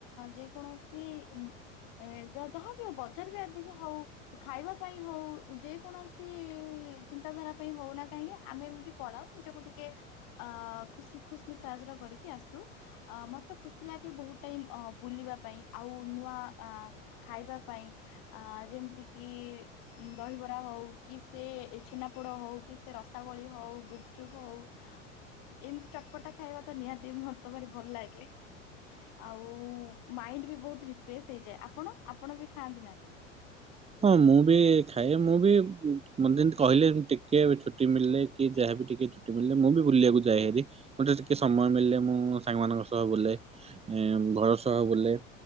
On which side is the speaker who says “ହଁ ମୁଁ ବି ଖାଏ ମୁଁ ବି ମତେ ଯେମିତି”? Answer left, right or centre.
Right